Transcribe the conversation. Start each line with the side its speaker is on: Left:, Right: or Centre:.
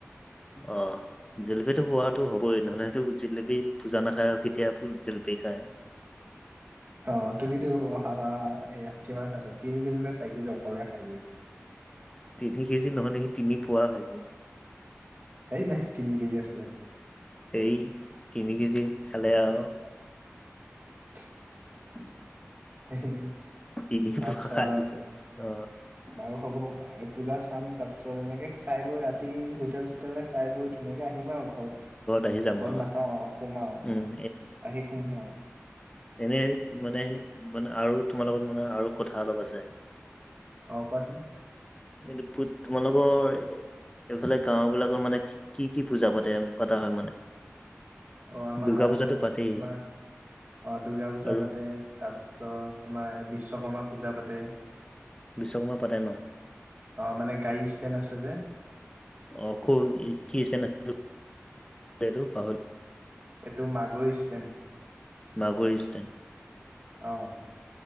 Left: অ। জেলেপীটো খোৱাটো হবই নহ'লেটো জেলেপী পূজা নাখায় আৰু কেতিয়া পু জেলেপি খায়।
Right: অ, তুমিতো অহাবাৰ এয়া কিমান খাইছ তিনি কেজি নে চাৰি কেজি অকলে খাই যোৱা।
Left: তিনি কেজি নহয় নেকি তিনি পুৱা খাইছো মই।
Right: সেই নাই, তিনি কেজি আছিলে।
Left: এই, তিনি কেজি খালে আৰু
Right: <inaudible> হেহেহে
Left: তিনি
Right: তাৰপিছত
Left: পোৱা খাই দিছো অ
Right: বাৰু হ'ব এ পূজা চাম তাৰ পিছত এনেকে খাই বৈ ৰাতি হোটেল চু টেলে খাই বৈ ধুনীয়াকে আহিম আৰু ঘৰত,
Left: আহি যাম
Right: ঘৰত
Left: আহ
Right: নাখাওঁ আৰু সোমাওঁ,
Left: উম
Right: আহি নাহে আৰু।
Left: এনেই মানে মানে আৰু তোমাৰ লগত মানে আৰু কথা অলপ আছে।
Right: অ, কোৱাচোন?
Left: এইটো ভূত তোমালোকৰ হে এইফালে গাওঁবিলাকৰ মানে কি কি কি পূজা পাতে, পতা হয় মানে?
Right: অ আমাৰ
Left: দুৰ্গা পূজাটো পাতেই।
Right: তোমাৰ অ, দুৰ্গা পূজা
Left: আৰু
Right: পাতে তাৰপিছত তোমাৰ এ বিশ্বকৰ্মা পূজা পাতে।
Left: বিশ্বকৰ্মা পাতে ন?
Right: অ' মানে গাড়ী ষ্টেণ্ড আছে যে।
Left: অ' ক'ৰ, কি কি ষ্টেণ্ডটো‌? এইটো পাহৰি
Right: এইটো মাগু ষ্টেণ্ড।
Left: মাগু ষ্টেণ্ড।
Right: অ।